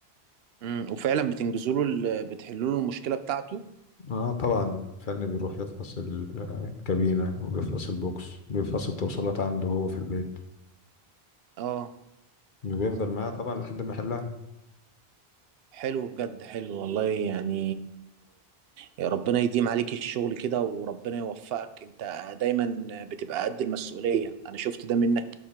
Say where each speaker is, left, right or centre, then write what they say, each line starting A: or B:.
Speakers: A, on the right (about 75°); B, on the left (about 55°).
A: امم وفعلا بتنجزوا له ال- بتحلوا له المشكله بتاعته
B: اه طبعا الفن بيروح يفحص ال- آه، الكابينة وبيفحص البوكس بيفحص التوصيلات عنده هو في البيت
A: اه
B: وبيفضل معاه طبعا لحد ما يحلها
A: حلو بجد حلو والله يعني يا ربنا يديم عليك الشغل كده وربنا يوفقك انت دايما بتبقى قد المسؤوليه انا شفت ده منك